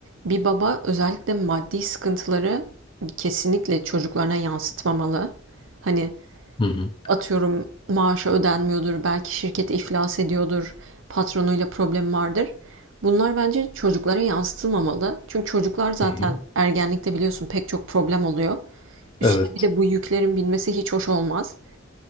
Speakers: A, on the right; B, on the left.
A: bir baba özellikle maddi sıkıntıları kesinlikle çocuklarına yansıtmamalı. Hani,
B: Hı hı.
A: atıyorum maaşı ödenmiyordur, belki şirket iflas ediyordur, patronuyla problem vardır. Bunlar bence çocuklara yansıtılmamalı. Çünkü çocuklar zaten
B: Hı hı.
A: ergenlikte biliyorsun pek çok problem oluyor. Üstüne
B: Evet,
A: bir de bu yüklerin binmesi hiç hoş olmaz.